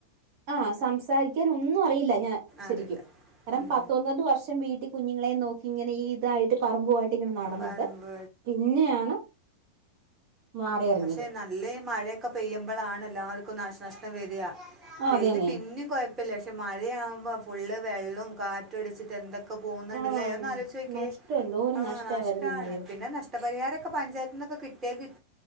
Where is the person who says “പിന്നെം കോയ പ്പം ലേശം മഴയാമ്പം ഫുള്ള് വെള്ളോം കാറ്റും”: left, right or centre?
Right